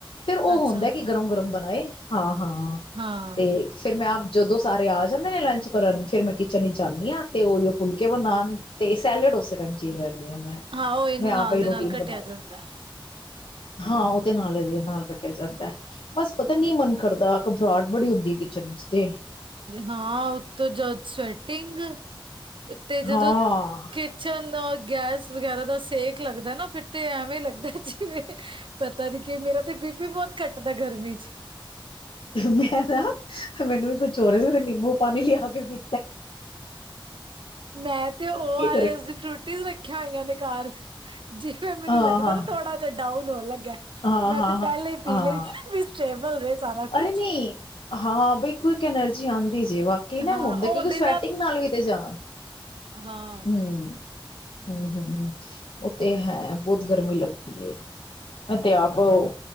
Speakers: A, on the left; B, on the right.
A: ਫੇਰ ਉਹ
B: ਅੱਛਾ
A: ਹੁੰਦਾ
B: ਅੱਛਾ
A: ਕਿ ਗਰਮ ਗਰਮ ਬਣਾਏ। ਹਾਂ, ਹਾਂ
B: ਹਾਂ
A: ਤੇ। ਫਿਰ ਮੈਂ <unintelligible> ਜਦੋਂ ਸਾਰੇ ਆ ਜਾਂਦੇ ਨੇ ਲੰਚ ਕਰਨ ਫਿਰ ਮੈਂ ਕਿਚਨ ਇਚ ਜਾਂਨੀ ਹਾਂ ਤੇ ਉਹੀ ਉਹ ਫੁਲਕੇ ਬਣਾਉਣ, ਤੇ ਸੈਲਡ ਉਸੇ ਟੈਮ ਚੀਰ ਲੈਂਦੀ ਹਾਂ ਮੈਂ,
B: ਹਾਂ ਉਹੀ ਨਾ
A: ਮੈਂ
B: ਨਾਲ
A: ਆਪ ਹੀ
B: ਦੇ
A: ਰੂਟੀਨ
B: ਨਾਲ ਘਟਿਆ
A: ਬਣਾਇਆ
B: ਜਾਂਦਾ ਹੈ।
A: ਹਾਂ ਉਹ ਤੇ ਨਾਲ <unintelligible> ਜਾਂਦਾ ਬਸ ਪਤਾ ਨੀ ਮਨ ਕਰਦਾ ਘਬਰਾਟ ਬੜੀ ਹੁੰਦੀ ਹੈ, ਕਿਚਨ ਤੇ
B: ਹਾਂ ਉਤੋਂ ਜਦ ਸਵੈਟਿੰਗ ਤੇ ਜਦੋਂ,
A: ਹਾਂ-ਹਾਂ-ਹਾਂ।
B: ਖਛਣ ਦਾ ਗੈਸ ਵਗੈਰਾ ਦਾ ਸੇਕ ਲੱਗਦਾ, ਨਾ ਫਿਰਤੇ ਐਵੇਂ ਲੱਗਦਾ ਜਿਵੇਂ। ਪਤਾ ਨੀ ਕਿ ਮੇਰਾ ਤੇ ਬਪੀ ਬਹੁਤ ਘੱਟਦਾ ਗਰਮੀ ਚ
A: ਮੈਂ ਨਾ ਮੈਨੂੰ ਵੀ ਕੁਛ ਹੋਰ ਸੀ, ਨਿੰਬੂ ਪਾਣੀ ਲਿਆ ਕੇ ਪੀ,
B: ਮੈਂ ਤੇ ਉਹ
A: ਕੀ
B: ਆਰ ਈ ਇਸ ਦੀ ਫਰੂਟੀ, ਟੀ ਰੱਖੀਆਂ ਹੋਈਆਂ, ਨੇ ਘਰ ਜਿਵੇਂ ਮੈਨੂੰ
A: ਹਾਂ
B: ਲੱਗਦਾ
A: ਹਾਂ
B: ਨਾ ਥੋੜਾ ਜਿਹਾ ਡਾਊਨ ਹੋਣ ਲੱਗਾ।
A: ਹਾਂ
B: ਮੈਂ
A: ਹਾਂ
B: ਤੇ
A: ਹਾਂ
B: ਪਹਿਲਾਂ ਹੀ ਪੀ
A: ਹਾਂ
B: ਲੈਣੀ ਵੀ ਸਟੇਬਲ ਰਹੇ ਸਾਰਾ।
A: ਅਰੇ
B: ਕੁਛ
A: ਨਹੀਂ ਹਾਂ ਬਈ ਇੱਕ ਇੱਕ ਐਨਰਜੀ ਆਉਂਦੀ, ਜੇ ਵਾਕਈ ਨਾ
B: ਹਾਂ
A: ਹੁੰਦਾ
B: ਉਹਦੇ
A: ਕਿਉਂਕਿ ਸਵੈਟਿੰਗ ਨਾਲ ਲ ਵੀ ਤੇ ਜਾ।
B: ਹਾਂ
A: ਹਮ। ਹਮ ਹਮ ਹਮ, ਉਹ ਤੇ ਹੈ। ਬਹੁਤ ਗਰਮੀ ਲੱਗਦੀ ਏ। ਮੈਂ ਤੇ ਆਪ ਬਓ।